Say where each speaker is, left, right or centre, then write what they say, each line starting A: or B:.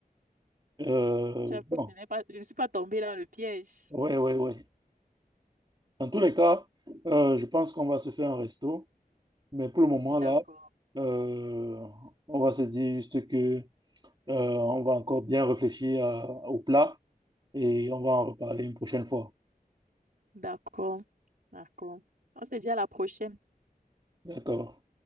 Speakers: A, on the right; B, on the right.
A: euh,
B: Tu as-
A: bon.
B: Je n'ai pas... je ne suis pas tombée dans le piège.
A: Oui, oui, oui. Dans tous les cas, euh, je pense qu'on va se faire un resto. Mais pour le moment,
B: D'accord.
A: là, euh, on va se dire juste que, euh, on va encore bien réfléchir à- au plat et on va en reparler une prochaine fois.
B: D'accord. D'accord. On se dit à la prochaine.
A: D'accord.